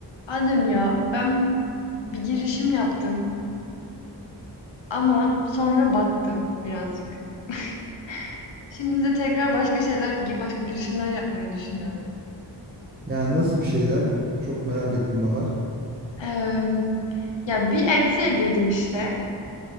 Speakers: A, on the left (about 85°); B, on the right (about 20°).
A: Adem ya ben bir girişim yaptım ama sonra battım birazcık. <laughs> Şimdi de tekrar başka şeyler, başka girişimler yapmayı düşünüyorum.
B: Yani nasıl bir şeyler? Çok merak ettim Bahar.
A: Eee, ya bir Etsy'ye girdim işte.